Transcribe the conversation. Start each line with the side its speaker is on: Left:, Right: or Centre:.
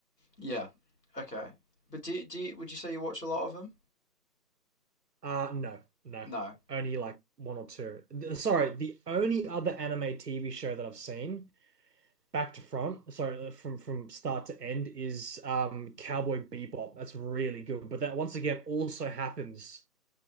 Left: Yeah. Okay. But do do you, would you say you watch a lot of them?
Right: Uh, no, no,
Left: No.
Right: only like one or two. Th- Sorry, the only other anime TV show that I've seen back to front, sorry, uh, from from start to end is um Cowboy Bebop. That's really good, but that once again also happens.